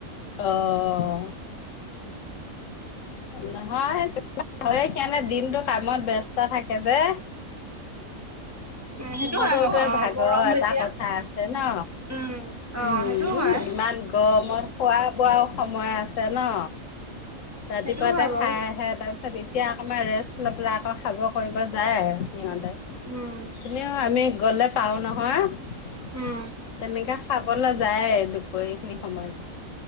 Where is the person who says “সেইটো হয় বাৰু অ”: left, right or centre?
Right